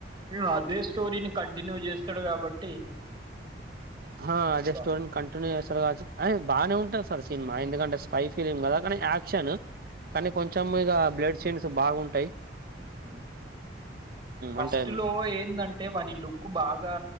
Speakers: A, on the right; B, on the right.
A: ఇగ అదే స్టోరీని కంటిన్యూ చేస్తాడు కాబట్టి
B: ఆహా అదేస్టోరిని
A: బా
B: కంటున్యూ చెస్ తరు కావచ్చు అ బాగానే ఉంటంది సార్ సినిమా ఎందుకంటే స్పై ఫలిమ్ కదా కానీ యాక్షన్ కానీ కొంచెం ఇక బ్లడ్ సిన్స్ బాగుంటయి
A: ఆ ఫస్ట్
B: అంటే
A: లో ఏందంటే వాని లుక్ బాగా